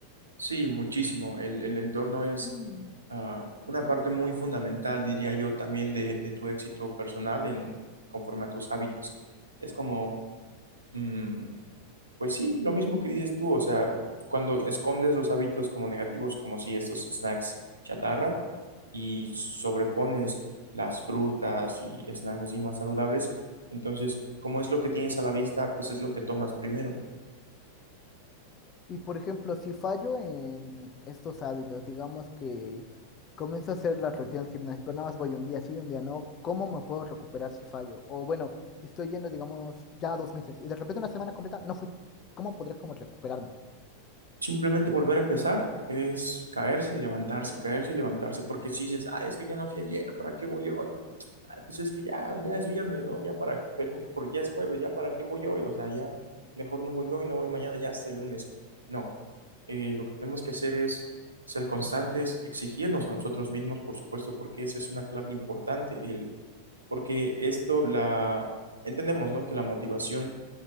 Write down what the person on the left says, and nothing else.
Mm.
Y por ejemplo, si fallo en estos hábitos, digamos que comienzo a hacer la rutina del gimnasio, pero nada más voy un día sí, un día no, ¿cómo me puedo recuperar si fallo? O bueno, estoy yendo, digamos, ya dos meses y de repente una semana completa no fui. ¿Cómo podría como recuperarme?